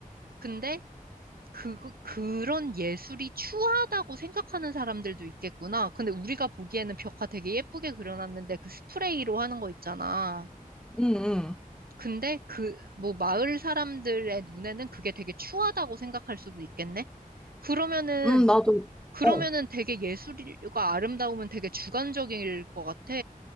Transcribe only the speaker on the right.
근데 그, 그런 예술이 추하다고 생각하는 사람들도 있겠구나. 근데 우리가 보기에는 벽화 되게 예쁘게 그려놨는데 그 스프레이로 하는 거 있잖아.
근데 그, 뭐, 마을 사람들의 눈에는 그게 되게 추하다고 생각할 수도 있겠네? 그러면은,
그러면은
되게 예술과 아름다움은 되게 주관적일 것 같아.